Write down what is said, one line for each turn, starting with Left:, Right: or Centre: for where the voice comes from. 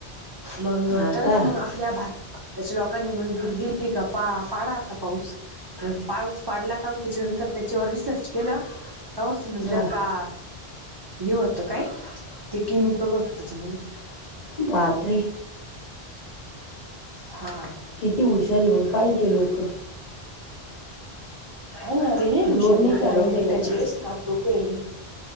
Right: मंग
Left: हा
Right: तरच
Left: का
Right: म <inaudible> आपल्या भारताच्या लोकांनी मंजुरी दिली का पा पाडा आता पाऊस. पाऊस पाडला तवा त्याच्या नंतर त्याच्यावर रिसर्च केलं तवाच समजलं
Left: हा
Right: का हे होतं काय? ते केमिकल होतं त्याच्यामधी
Left: बापरे!
Right: हा.
Left: किती हुशार आहे बघ पाहिन ते लोकं.
Right: हाय ना ते लई हुशार
Left: जोड नाही
Right: हाय. ते
Left: त्या
Right: अमेरिकाचे
Left: लोकांना पण
Right: लई स्मार्ट लोकं आहे.